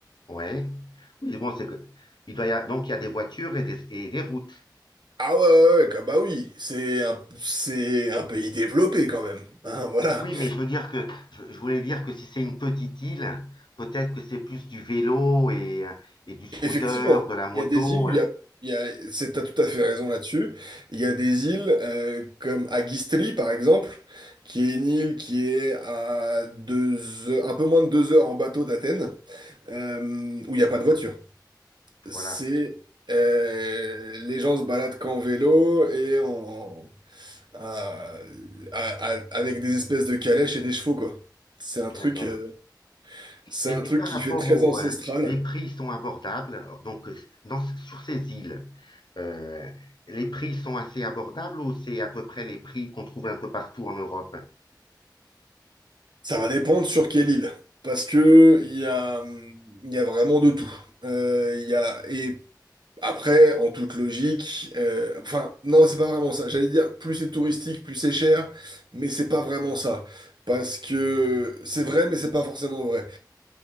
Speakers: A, on the left; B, on the right.
A: Ouais. Oui, bon, c'est que. Il doit y a- donc il y a des voitures et des, et des routes.
B: Ah ouais, ouais, ouais, comme- bah oui, c'est un, c'est un pays développé quand même. Hein, voilà.
A: Oui, mais je veux dire que je, je voulais dire que si c'est une petite île, peut-être que c'est plus du vélo et, euh, et du scooter,
B: Effectivement,
A: de la moto.
B: il y a des îles où
A: euh,
B: il y a, il y a, c'est, t'as tout à fait raison là-dessus. Il y a des îles euh, comme Agistri, par exemple, qui est une île qui est à deux, heures- un peu moins de deux heures en bateau d'Athènes. euh, où il n'y a pas de voiture.
A: Voilà.
B: C'est euh, les gens se baladent qu'en vélo et en, à- à- à- avec des espèces de calèches et des chevaux, quoi. C'est un
A: D'accord.
B: truc, euh, c'est
A: Et,
B: un truc
A: et par
B: qui
A: rapport
B: fait très
A: aux
B: ancestral.
A: les prix sont abordables. Donc, euh, dans- sur ces îles, euh, les prix sont assez abordables ou c'est à peu près les prix qu'on trouve un peu partout en Europe?
B: Ça va dépendre sur quelle île, parce que il y a, hum, il y a vraiment de tout. Euh, Il y a, et Après, en toute logique, euh, enfin, non, c'est pas vraiment ça. J'allais dire, plus c'est touristique, plus c'est cher, mais c'est pas vraiment ça. Parce que c'est vrai, mais c'est pas forcément vrai.